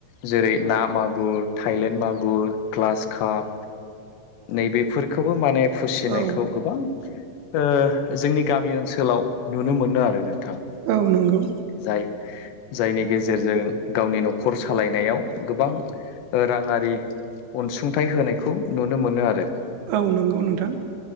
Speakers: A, on the left; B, on the right.
A: जेरै ना मागुर थाइलेण्ड मागुर क्लास काप नै बेफोरखौबो माने फुसिनायखौ
B: औ
A: गोबां ओ जोंनि गामि ओनसोलाव नुनो मोनो आरो नों थां
B: औ नंगौ
A: जाय जायनि गेजेरजों गावनि न'खर सालायनायाव गोबां ओ राङारि अनसुंथाइ होनायखौ नुनो मोनो आरो ।
B: औ नंगौ नोंथां ।